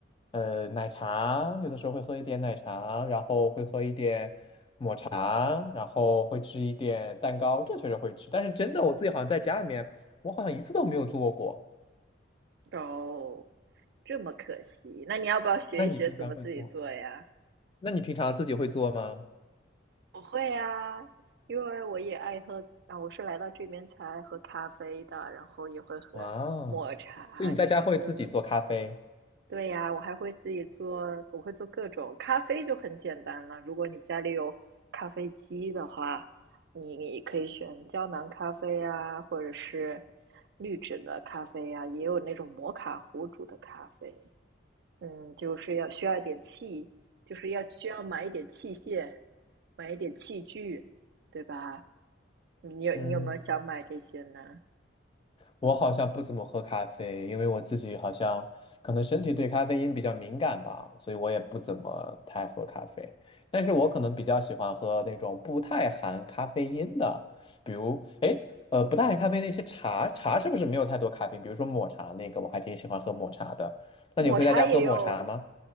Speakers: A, on the left (about 25°); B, on the right (about 60°).
A: 呃奶茶，有的时候会喝一点奶茶，然后会喝一点。啊，然后会吃一点蛋糕，这确实会吃。但是真的，我自己好像在家里面，我好像一次都没有做过。
B: 哦，这么可惜。那你要不要学一学怎么自己做呀？
A: 那你平常会做？那你平常自己会做吗？
B: 我会啊，因为我也爱喝啊，我是来到这边才爱喝咖啡的，然后也会喝抹茶，
A: 哇哦，所以你在家会自己做咖啡？
B: 也会喝。对呀，我还会自己做，我会做各种咖啡就很简单了。如果你家里有咖啡机的话，你你可以选胶囊咖啡啊，或者是滤纸的咖啡啊，也有那种摩卡壶煮的咖啡。嗯，就是要需要一点器，就是要需要买一点器械，买一点器具，对吧？嗯你有你有没有想买这些呢？
A: 嗯。我好像不怎么喝咖啡，因为我自己好像可能身体对咖啡因比较敏感吧，所以我也不怎么太喝咖啡。但是我可能比较喜欢喝那种不太含咖啡因的，比如，哎，呃，不太含咖啡那些茶，茶是不是没有太多咖啡因比如说抹茶那个，我还挺喜欢喝抹茶的。那你会在家喝抹茶吗？
B: 抹茶也有，